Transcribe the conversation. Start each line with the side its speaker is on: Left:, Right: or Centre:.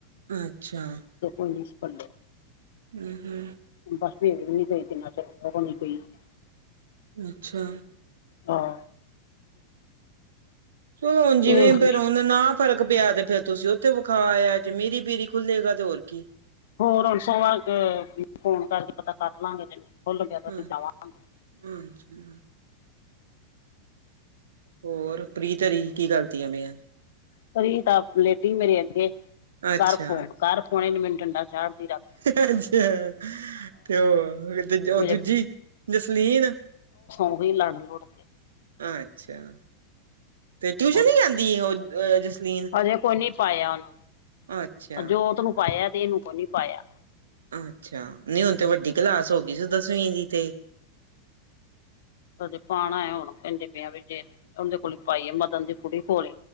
Right: ਅੱਛਾ
Left: <inaudible> ਕੋਈ ਯੂਸ ਪਣ
Right: ਹੂ ਹੂ
Left: ਬਸ ਭੇੜ ਵੀ ਨੀ ਗਈ ਕਿੰਨਾ ਚਿਰ, ਔ ਦੋ ਦੀ ਗਈ ਹੈ
Right: ਅੱਛਾ।
Left: ਹਾਂ
Right: ਚਲੋੁ ਹੁਣ ਜਿਵੇਂ,
Left: ਵੇਖ
Right: ਫਿਰ ਉਹ ਨਾ ਫ਼ਰਕ ਪਿਆ ਤੇ ਫਿਰ ਤੁਸੀ ਉਥੇ ਵਿਖਾ ਆਇਆ ਜੇ, ਮੀਰੀ-ਪੀਰੀ ਖੁੱਲੇਗਾ ਤੇ ਹੋਰ ਕੀ।
Left: ਹੋਰ, ਹੁਣ ਸੋਮਵਾਰ ਫੋਨ ਕਰਕੇ ਪਤਾ ਕਰਲਾਂਗੇ, ਜੇ ਖੁੱਲ ਗਿਆ ਤਾਂ
Right: ਹਾਂ
Left: ਅਸੀਂ ਜਾਵਾਂਗੇ।
Right: ਅੱਛਾ। ਹੋਰ, ਪ੍ਰੀਤ ਹੋਰੀ ਕੀ ਕਰਦੀਆ ਪਈਆਂ?
Left: ਪ੍ਰੀਤ ਆ ਲੇਟੀ ਮੇਰੇ ਅੱਗੇ,
Right: ਅੱਛਾ
Left: ਕਰ ਫੋਨ, ਕਰ ਫੋਨ, ਏਨ ਮੈਨੂੰ ਡੰਡਾ ਚਾੜਦੀ ਰੱਖ
Right: ਅਅਛਛਛਾ। ਤੇ ਉਹ, ਤੇ ਉਹ
Left: ਮੇਰੇ
Right: ਦੂਜੀ ਜਸਲੀਨ।
Left: ਓਵੀ ਲੱੜ-ਲੁੜਦੇ।
Right: ਅੱਛਾ। ਤੇ ਟਿਊਸ਼ਨ
Left: ਹੋਰ
Right: ਨੀ ਜਾਂਦੀ ਉਹ, ਜਸਲੀਨ?
Left: ਹਜੇ ਕੋਈ ਨੀ ਪਾਇਆ ਉਹਨੂੰ
Right: ਅੱਛਾ।
Left: ਜੋਤ ਨੂੰ ਪਾਇਆ ਤੇ, ਇਹਨੂੰ ਕੋ ਨੀ ਪਾਇਆ।
Right: ਅੱਛਾ। ਨਹੀ ਹੁਣ ਤੇ ਵੱਡੀ ਕਲਾਸ ਹੋਗੀ ਸੀ, ਦਸਵੀਂ ਦੀ ਤੇ।
Left: ਕਦੇ ਪਾਣਾ ਐ, ਹੁਣ ਕਹਿੰਦੇ ਪੇ ਆਂ, ਵੀ ਜੇ ਉਹਦੇ ਕੋਲ ਪਾਈਏ, ਮਦਨ ਦੀ ਕੁੜੀ ਕੋਲ।